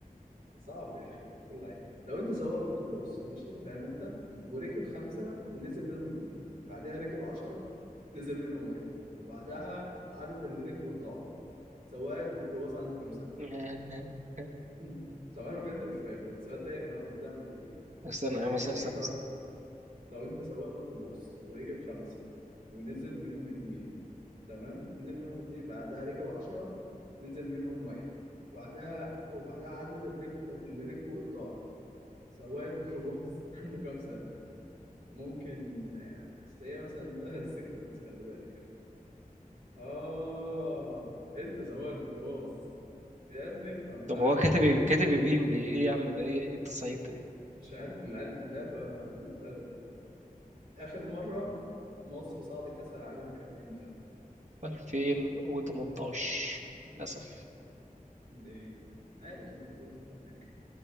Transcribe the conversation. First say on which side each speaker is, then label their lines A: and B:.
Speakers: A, on the right; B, on the right.
A: صعب يا اخي في العين لو انت سواق ميكروباص ماشي فاهم انت وركب خمسه ونزل منهم اتنين بعدها ركب عشره نزل منهم واحد وبعدها عدد اللي ركبوا اتضاعف سواق الميكروباص عنده كام سنه
B: <laughs>
A: <laughs> مم. طب انا بجد مش فاهم السؤال ده يعني انا المفروض اعمل فيه ايه
B: استنى
A: يعني
B: يا عم
A: يخليك
B: استنى استنى
A: تقعد
B: استنى
A: لو انت سواق ميكروباص وركب خمسه ونزل منهم اتنين تمام نزل منهم اتنين بعدها ركب عشرة نزل منهم واحد وبعدها وبعدها عدد الرج... اللي ركبوا اتضاعف سواق الميكروباص <laughs> عنده كام سنة؟ ممكن يعني بس هي مثلا <laughs> سيكونس خلي بالك آه أنت سواق الميكروباص يا ابني افهم
B: طب
A: بقى
B: هو
A: الكلام
B: كاتب إيه- كاتب ابهيم ليه ايه يا عم ده ايه ايه التصعيد ده
A: مش عارف العل- اللعبة قليلة الأدب آخر مرة مصر صعدت كأس العالم كانت إمتى؟
B: 2018 للاسف
A: إيه عارف أنت كل هناك